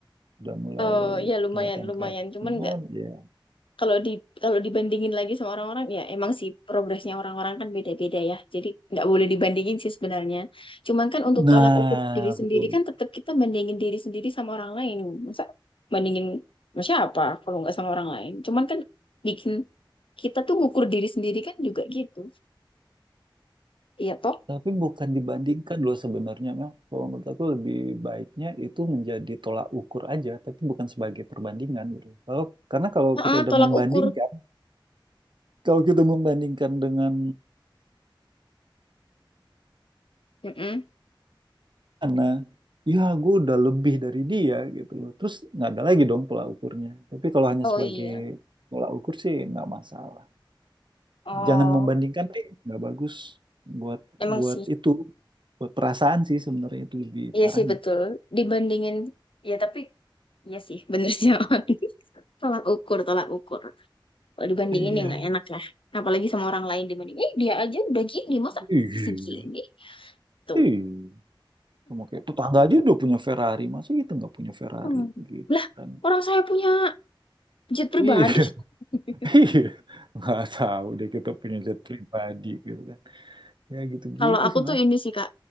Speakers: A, on the right; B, on the left.
A: udah mulai
B: Oh ya lumayan
A: kelihatan
B: lumayan
A: kreatif.
B: cuman
A: Cuman,
B: nggak
A: ya.
B: kalau di kalau dibandingin lagi sama orang-orang ya emang sih progresnya orang-orang kan beda-beda ya. Jadi nggak boleh dibandingin sih sebenarnya. Cuman kan untuk
A: Nah,
B: tolak ukur diri sendiri
A: betul.
B: kan tetap kita bandingin diri sendiri sama orang lain. Masa bandingin sama siapa kalau nggak sama orang lain. Cuman kan bikin kita tuh ngukur diri sendiri kan juga gitu. Iya toh?
A: Tapi bukan dibandingkan loh sebenarnya Mel. Kalau menurut aku lebih baiknya itu menjadi tolak ukur aja, tapi bukan sebagai perbandingan gitu. Kalau karena kalau
B: Heeh,
A: kita udah
B: tolak
A: membandingkan,
B: ukur.
A: kalau kita membandingkan dengan
B: Mm-mm.
A: sana, ya gue udah lebih dari dia gitu loh. Terus nggak ada lagi dong tolak ukurnya. Tapi kalau hanya
B: Oh
A: sebagai
B: iya.
A: tolak ukur sih nggak masalah.
B: Oh,
A: Jangan membandingkan deh, nggak bagus buat
B: emang
A: buat
B: sih.
A: itu, buat perasaan sih sebenarnya itu lebih
B: Iya
A: parahnya.
B: sih betul. Dibandingin ya tapi iya sih bener sih Awan. <laughs> Tolak ukur, tolak ukur. Kalau dibandingin
A: Iya.
B: ya nggak enak lah. Apalagi sama orang lain dibanding. Eh dia aja udah gini masa
A: Iya,
B: segini tuh.
A: iya. Cuma kayak tetangga aja udah punya Ferrari, masa kita nggak punya Ferrari
B: Hmm.
A: gitu
B: Lah
A: kan?
B: orang saya punya jet pribadi.
A: Iya,
B: <laughs>
A: <laughs> iya. nggak tahu deh kita punya jet pribadi gitu kan. Ya gitu-gitu
B: Kalau aku
A: sih mas.
B: tuh ini sih Kak,